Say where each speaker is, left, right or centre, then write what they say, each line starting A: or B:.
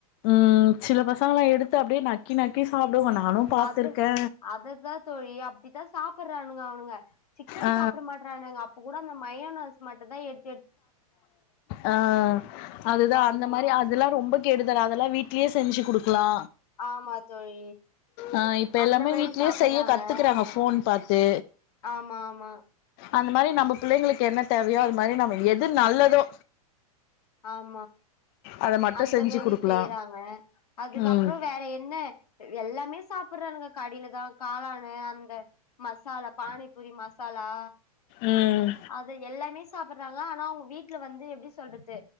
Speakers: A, on the left; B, on the left.
A: ம் சில பசங்கல்லா எடுத்து அப்டியே நக்கி நக்கி சாப்டுவோ நானு பாத்துருக்கே
B: அது அதுதா தோழி அப்டிதா சாப்பட்றானுங்க அவனுங்க சிக்கன்
A: ஆ
B: சாப்ட மாட்றானுங்க அப்ப கூட அந்த மயோனஸ் மட்டுதா எடு
A: ஆ அதுதா
B: ஆமா
A: அந்த மாரி அதெல்லா ரொம்ப கெடுதல் அதெல்லா வீட்லயே செஞ்சு குடுக்கலா
B: ஆமா தோழி
A: ஆ இப்ப எல்லாமே
B: அந்த மாரி
A: வீட்லயே
B: சாப்புட்றாங்க
A: செய்ய கத்துக்கறாங்க ஃபோன் பாத்து
B: ஆமா ஆமா
A: அந்த மாரி நம்ப புள்ளைங்களுக்கு என்ன தேவையோ அது மாரி நம்ம எது நல்லதோ
B: ஆ
A: அத மட்டு
B: அந்த
A: செஞ்சு
B: மாரி
A: குடுக்கலா
B: செய்யறாங்க அதுக்கப்றோ
A: ம்
B: வேற என்ன எல்லாமே சாப்பட்றானுங்க கடைலதா காளானு அந்த மசாலா பானிபூரி மசாலா
A: ம்
B: அது எல்லாமே சாப்பட் றாங்க ஆனா அவங்க வீட்டுல வந்து எப்டி சொல்றது